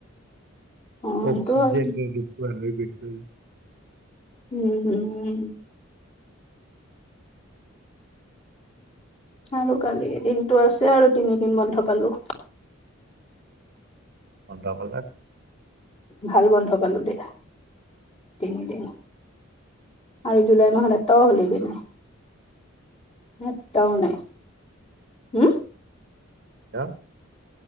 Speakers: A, on the left; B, on the right.
A: অ', সেইটো
B: অক্সিজেন
A: হয়।
B: ন নপোৱা হৈ গছে।
A: উম উম উম। আৰু কালি দিনটো আছে আৰু তিনিদিন বন্ধ পালো।
B: বন্ধ পালা।
A: ভাল বন্ধ পালো দেই তিনিদিন। আৰু জুলাই মাহত এটাও <unintelligible> এটাও নাই, উম।
B: কা।